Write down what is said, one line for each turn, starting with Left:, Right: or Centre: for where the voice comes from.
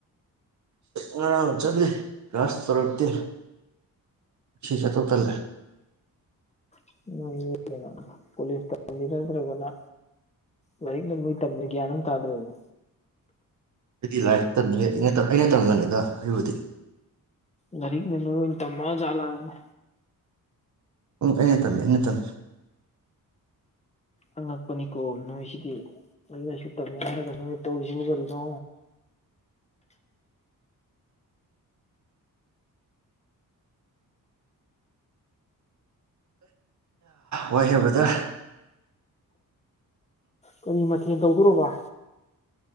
Right: ꯉꯔꯥꯡ ꯆꯠꯂꯤ ꯒꯥꯁ ꯇꯧꯔꯛꯇꯦ ꯉꯁꯤ ꯆꯠꯇꯧ ꯇꯜꯂꯦ
Left: <unintelligible> ꯀꯩꯅꯣ ꯄꯨꯂꯤꯁ ꯇꯝꯕꯤꯔꯗ꯭ꯔꯒꯅ ꯂꯥꯏꯔꯤꯛ ꯅ ꯅꯣꯏ ꯇꯝꯃꯤꯔꯥ ꯒ꯭ꯌꯥꯟ ꯑꯃ ꯇꯥꯗ꯭ꯔꯦꯅꯦ
Right: ꯑꯩꯗꯤ ꯂꯥꯏꯔꯤꯛ ꯇꯝꯃꯤ ꯑꯩꯅ ꯑꯩꯅ ꯇꯝꯕꯅꯤꯗ ꯑꯩꯕꯨꯗꯤ
Left: ꯂꯥꯏꯔꯤꯛꯅ ꯅꯣꯏ ꯑꯣꯏꯅ ꯇꯝꯃꯖꯥꯠꯂ ꯍꯥꯏꯕꯅꯤ
Right: ꯎꯝ ꯑꯩꯅ ꯇꯜꯂꯦ ꯏꯩꯅ ꯇꯜꯂꯦ
Left: ꯑꯉꯛꯄꯅꯤꯀꯣ ꯅꯣꯏꯁꯤꯗꯤ ꯂꯥꯏꯔꯤꯛ ꯂꯥꯏꯁꯨ ꯇꯝꯃꯨ ꯍꯥꯏꯔꯒ ꯅꯣꯏꯅ ꯇꯧꯔꯤꯁꯤꯕꯨ ꯀꯔꯤꯅꯣ
Right: ꯋꯥꯏꯍꯦ ꯕꯔꯗꯔ
Left: ꯀꯔꯤ ꯃꯊꯦꯜ ꯇꯧꯗꯣꯔꯕ